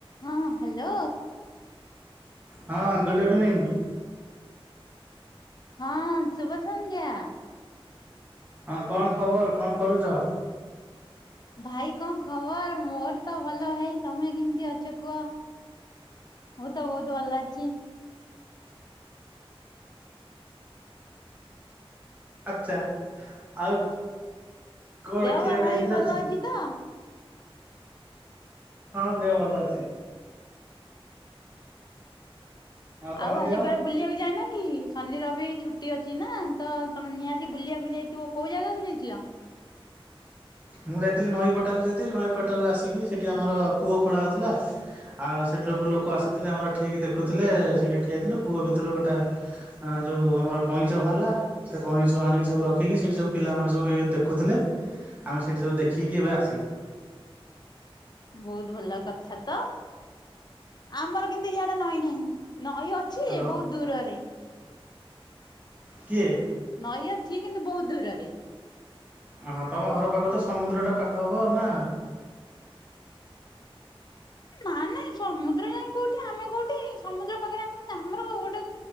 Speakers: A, on the left (about 45°); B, on the right (about 15°).
A: ହଁ ହାଲୋ
B: ହଁ ଗୁଡ଼୍ ଇଭିନିଙ୍ଗ୍।
A: ହଁ ଶୁଭ ସନ୍ଧ୍ୟା।
B: ହଁ କଣ ଖବର କଣ କରୁଛ?
A: ଭାଇ କଣ ଖବର ମୋର ତ ଭଲ ଭାଇ ତମେ କେମିତି ଅଛ କୁହ? ମୁଁ ତ ବହୁତ୍ ଭଲ ଅଛି।
B: ଆଛା ଆଉ। କଣ
A: ଦେହ
B: ଖିଆ
A: ପା
B: ପିଆ
A: ଭାଇ
B: ହେଇଥିଲା
A: ଭଲ
B: ଆଜି?
A: ଅଛି ତ?
B: ହଁ ଉ ଦେହ ଭଲ ଅଛି। ତମ
A: ଆଉ ଆଜି
B: ଦେହ?
A: କୁଆଡେ ବୁଲିବାକୁ ଯାଇନା କି ଶନି ରବି ଛୁଟି ଅଛି ନା ତ ତମେ ନିହାତି ବୁଲିବାକୁ ଯାଇଥିବ। କୋଉ ଜାଗାକୁ ଯାଇଥିଲ।
B: ମୁଁ ଯାଇଥିଲି ନଈପଟାକୁ ଯାଇଥିଲି ନଈପଟାକୁ ଆସିକି ସେଇଠି ଆମର କୂଅ ଖୋଳା ହେଉଥିଲା। ଆଉ ସେଇଠି ସବୁ ଲୋକ ଆସିଥିଲେ ଆମର ଠିକ୍ ଦେଖୁଥିଲେ ସେଇଠି ଠିଆ ହେଇଥିଲୁ କୂଅ ଭିତରୁ ଗୋଟେ ଆଁ ଯୋଉ ଆମର କଇଁଚ ବାହାରିଲା। ସେ କଇଁଚ ଆଣିକି ସବୁ ରଖିକି ସେଇଠି ସବୁ ପିଲାମାନେ ସବୁ ଏ ଦେଖୁଥିଲେ। ଆମେ ସେଇଠି ସବୁ ଦେଖିକି ଏବେ ଆସିଲୁ।
A: ବହୁତ ଭଲ କଥା ତ ଆମର କିନ୍ତୁ ଇଆଡେ ନଈ ନାହିଁ ନଈ ଅ ଛି
B: ହ୍ୟାଲୋ
A: ଏ ବହୁତ୍ ଦୂରରେ
B: କିଏ?
A: ନଈ ଅଛି କିନ୍ତୁ ବହୁତ୍ ଦୂରରେ।
B: ଓହଁ ତମ ଘର ପାଖ ତ ସମୁଦ୍ର ଟା ପାଖ ହବ ଆଉ ନା?
A: ନା ନାଇଁ ସମୁଦ୍ର ଯାଇ କୋଉଠି ଆମେ କୋଉଠି ସମୁଦ୍ର ପାଖରେ ଆମେ ଆମର ଗୋଟେ